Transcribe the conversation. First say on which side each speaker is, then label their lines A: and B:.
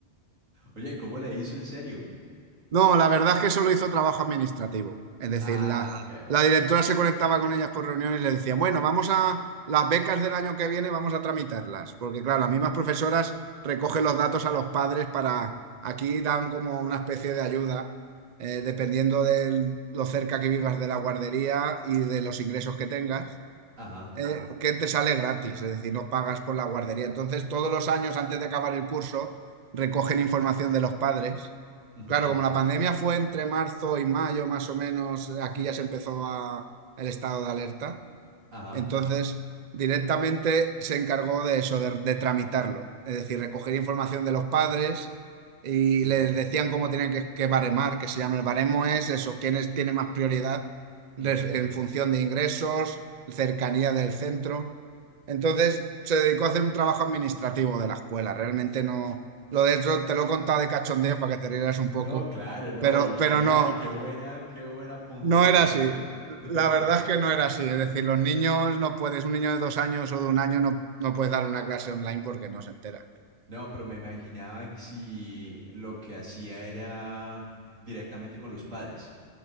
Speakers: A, on the right; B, on the right.
A: Oye, ¿y cómo le hizo en serio?
B: No, la verdad es que solo hizo trabajo administrativo. Es decir,
A: Ah,
B: la,
A: ok.
B: la directora se conectaba con ellas por reunión y le decía, bueno, vamos a las becas del año que viene, vamos a tramitarlas. Porque claro, las mismas profesoras recogen los datos a los padres para, aquí dan como una especie de ayuda, eh, dependiendo de lo cerca que vivas de la guardería y de los ingresos que tengas
A: Ajá.
B: eh, que te sale gratis, es decir, no pagas por la guardería. Entonces, todos los años antes de acabar el curso, recogen información de los padres.
A: ujú,
B: Claro, como la pandemia fue entre marzo y mayo, más o menos, aquí ya se empezó a- el estado de alerta.
A: Ajá.
B: Entonces, directamente se encargó de eso, de, de tramitarlo. Es decir, recoger información de los padres y
A: Sí.
B: les decían cómo tenían que, que baremar, que se llama el baremo es eso, quiénes tienen más prioridad
A: ujú.
B: res- en función de ingresos, cercanía del centro. Entonces, se dedicó a hacer un trabajo administrativo de la escuela. Realmente no, lo de hecho te lo he contado de cachondeo para que te rieras un poco,
A: No, claro, no.
B: pero,
A: Y genial.
B: pero no,
A: Qué buena, qué buen apunte,
B: no
A: debo
B: era así.
A: decir. <laughs>
B: La verdad es que no era así. Es decir, los niños no puedes, un niño de dos años o de un año no, no puedes dar una clase online porque no se entera.
A: No, pero me imaginaba que si lo que hacía era directamente con los padres.